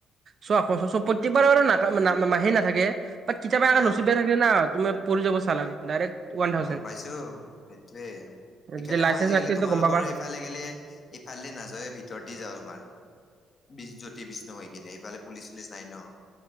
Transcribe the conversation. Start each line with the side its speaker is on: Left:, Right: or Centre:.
Right: চোৱা ক'চ- চ প্ৰত্যেকবাৰ আৰু <unintelligible> সেই নাথাকে। বাত কেতিয়াবা এখন
Left: অ
Right: নচিব বেয়া থাকিলে না তোমাৰ পৰি যাব চালান ডাইৰেক্ট ওৱান থাউজেণ্ড।
Left: গম পাইছোঁ সেইটোয়ে সেইকাৰণে
Right: যদি লাইচেন্স
Left: মই আজিকালি
Right: নাথাকেতো
Left: তোমালোকৰ
Right: গম পাবা
Left: এ ইফালে গেলে ইফালদি নাযাওয়ে ভিতৰ দি যাওঁ তোমাৰ। বিজ জ্যোতি বিষ্ণু হৈ কিনে এইফালে পুলিচ চুলিচ নাই ন?